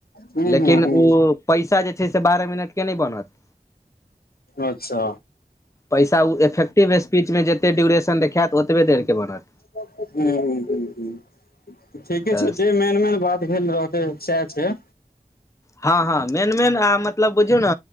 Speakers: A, on the left; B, on the left.
A: हूँ
B: लेकिन
A: हूँ
B: उ पैसा जे छै से बारह मिनटके नै बनत
A: अच्छा
B: पैसा उ इफेक्टिव स्पीचमे जेते ड्यूरेशन देखेत ओतबे देरके बनत
A: हूंम्म हूंम्म हूंम्म हूंम्म ठीके
B: तऽ
A: छै जे मेन मेन बात केहेन रहतै सैह छै
B: हँ हँ मेन मेन आ मतलब बुझियौ न